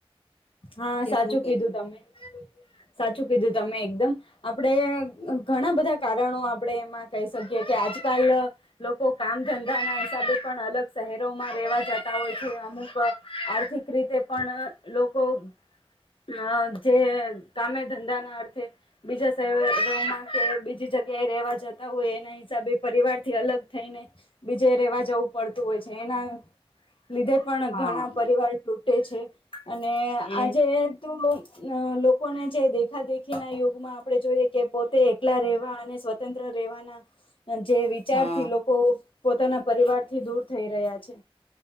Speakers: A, on the left; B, on the left.
A: હા
B: કે
A: સાચું
B: શું કહીએ
A: કીધું તમે. સાચું કીધું તમે, એકદમ આપણેે ઘણા બધા કારણો આપણેે એમાં કહી શકીએ, કે આજકાલ લોકો કામ ધંધા ના હિસાબે પણ અલગ શહેરોમાં રહેેવા જતા હોય છે, અમુક આર્થિક રીતે પણ જે કામે ધંધા ના અર્થે બીજા શહેરોમાં કે બીજી જગ્યાએ રહેવા જતા હોય, એના હિસાબે પરિવાર થી અલગ થઈને બીજે રેવા જવું પડતું હોય છે, એના લીધે પણ
B: હા
A: ઘણા પરિવાર ટે છે. અને
B: એ
A: આજે તું અ લોકોને જે દેખા દેખી ના યુગમાં આપડણે જોઈએ. કે પોતે એકલા રહેેવા અને સ્વતંત્ર રેવાના. જે વિચાર
B: હા
A: થી લોકો પોતાના પરિવારથી દૂર થઈ રહ્યા છે